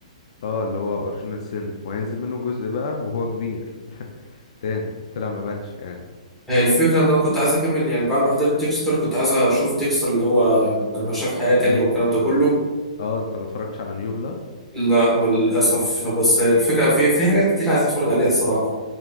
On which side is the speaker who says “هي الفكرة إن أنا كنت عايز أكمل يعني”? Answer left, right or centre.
Centre